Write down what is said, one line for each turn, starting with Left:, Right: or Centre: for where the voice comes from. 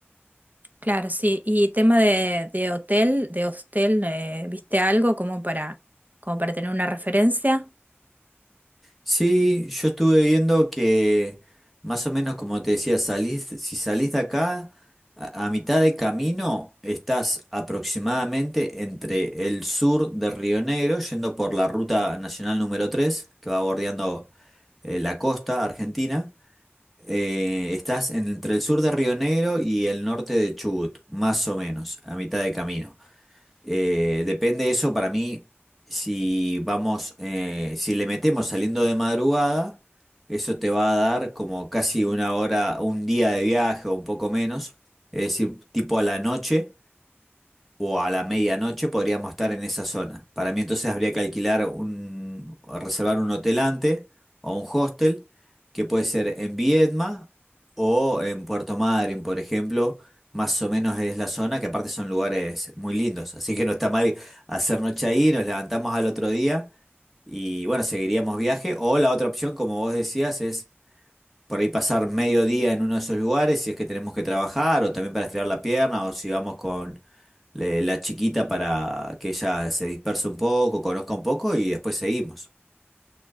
Right: Claro, sí. Y tema de, de hotel, de hostel, eh, ¿viste algo como para, como para tener una referencia?
Centre: Sí, yo estuve viendo que más o menos como te decía, salís, si salís de acá, a, a mitad de camino estás aproximadamente entre el sur de Río Negro, yendo por la ruta nacional número 3 que va bordeando eh, la costa argentina. Eh, estás entre el sur de Río Negro y el norte de Chubut, más o menos, a mitad de camino. Eh, depende de eso para mí, si vamos, eh, si le metemos saliendo de madrugada, eso te va a dar como casi una hora, un día de viaje o un poco menos, es decir, tipo a la noche o a la medianoche podríamos estar en esa zona. Para mí entonces habría que alquilar un, reservar un hotel antes o un hostel, que puede ser en Viedma o en Puerto Madryn, por ejemplo. Más o menos es la zona, que aparte son lugares muy lindos. Así que no está mal hacer noche ahí, nos levantamos al otro día y bueno, seguiríamos viaje. O la otra opción, como vos decías, es por ahí pasar medio día en uno de esos lugares, si es que tenemos que trabajar, o también para estirar la pierna, o si vamos con le- la chiquita para que ella se disperse un poco, conozca un poco y después seguimos.